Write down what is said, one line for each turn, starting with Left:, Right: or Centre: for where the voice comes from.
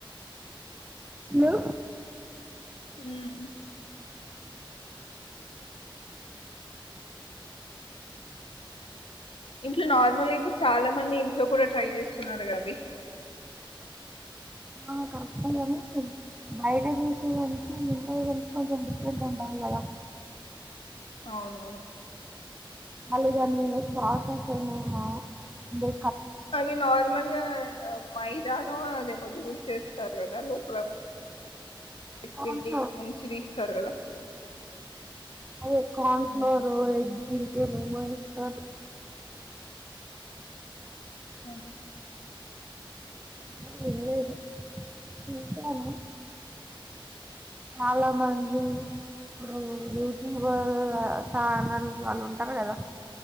Right: హలో
Left: ఉమ్. ఇంట్లో నార్మల్ గా ఇప్పుడు చాలా మంది ఇట్లో కూడా ట్రై చేస్తున్నారు అబ
Right: ఆ కరెక్ట్ అద బయట చసే వెనికి ము కొంచెం డిఫెంట్ ఉండాలి కదా
Left: అవునవును
Right: అళగాని స్ట్ అరుే
Left: అవి నార్మల్ గా మై దానావా అదేమో యూస్ చేస్త సారుగదా లోపల క్
Right: కార్న్
Left: పిండి
Right: ఫ్లోర్
Left: ముంచి తీస్తారు కదా
Right: ఓ కన్
Left: అవునవును
Right: ఫలర్ ఎడ్ ఏ మమోయిస్ స
Left: అదే
Right: వాళ్ళు ఎళ్లేరు చూసాను చాలా మంది ప్పుడు యూట్యూబర్ ఛానల్ వాళ్ళు ఉంటారు కదా